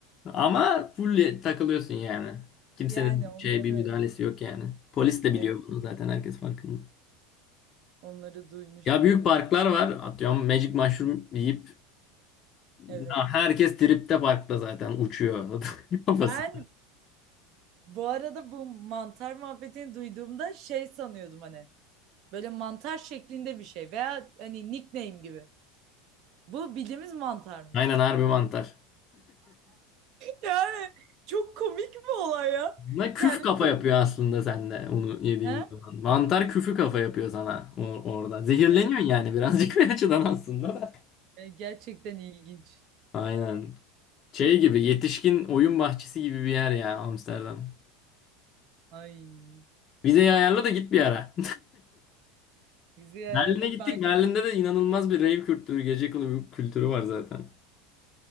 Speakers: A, on the left; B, on the right.
A: Ama full takılıyorsun yani. Kimsenin
B: Yani onları
A: şey bir müdahalesi yok yani. Polis de
B: onu
A: biliyor bunu zaten herkes farkında.
B: Onları duymuştum.
A: Ya büyük parklar var. Atıyorum Magic Mushroom yiyip
B: Evet.
A: Ya herkes tripte parkta zaten uçuyor <laughs> kafası.
B: Ben bu arada bu mantar muhabbetini duyduğumda şey sanıyordum hani. Böyle mantar şeklinde bir şey veya hani nickname gibi. Bu bildiğimiz mantarmış.
A: Aynen harbi mantar.
B: Yani çok komik bir olay ya.
A: Ne küf
B: Kendimi
A: kafa
B: çok...
A: yapıyor aslında sende onu yediğin
B: Ha?
A: zaman. Mantar küfü kafa yapıyor sana or- orada. Zehirleniyorsun
B: Evet.
A: yani birazcık <laughs> bir açıdan aslında da.
B: E, Gerçekten ilginç.
A: Aynen. Şey gibi yetişkin oyun bahçesi gibi bir yer ya Amsterdam.
B: Ay.
A: Vizeyi ayarla da git bir ara.
B: Bizi
A: <laughs>
B: ayarlayıp
A: Berlin'e gittik.
B: aynı.
A: Berlin'de de inanılmaz bir rave kültürü, gece kulübü kültürü var zaten.